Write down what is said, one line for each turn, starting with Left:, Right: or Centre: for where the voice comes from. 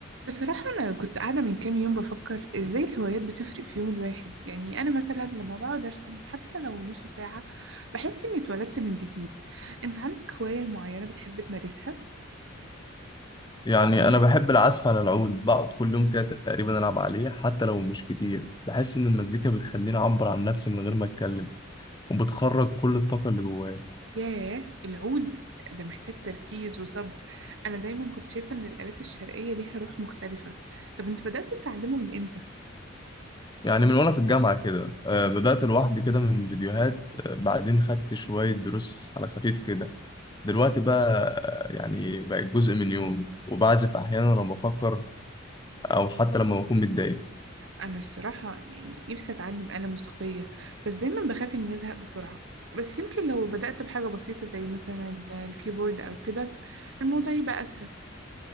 Right: بصراحة أنا كنت قاعدة من كام يوم بفكر إزاي الهوايات بتفرق في يوم الواحد يعني أنا مثلا لما بقعد أرسم حتى لو نص ساعة بحس إني اتولدت من جديد أنت عندك هواية معينة بتحب تمارسها؟
Left: يعني أنا بحب العزف على العود بقعد كل يوم كده تقريبا ألعب عليه حتى لو مش كتير بحس إن المزيكا بتخليني أعبر عن نفسي من غير ما أتكلم وبتخرج كل الطاقة اللي جوايا
Right: ياه العود ده محتاج تركيز وصبر أنا دايما كنت شايفة إن الآلات الشرقية ليها روح مختلفة طب أنت بدأت تتعلمه من إمتى؟
Left: يعني من وأنا في الجامعة كده آه، بدأت لوحدي كده من فيديوهات آه، بعدين خدت شوية دروس على خفيف كده دلوقتي بقى آه، يعني بقت جزء من يومي وبعزف أحيانا لما بفكر أو حتى لما بكون متضايق
Right: أنا الصراحة يعني نفسي أتعلم آلة موسيقية بس دايما بخاف إني أزهق بسرعة بس يمكن لو بدأت بحاجة بسيطة زي مثلا الكيبورد أو كده الموضوع يبقى أسهل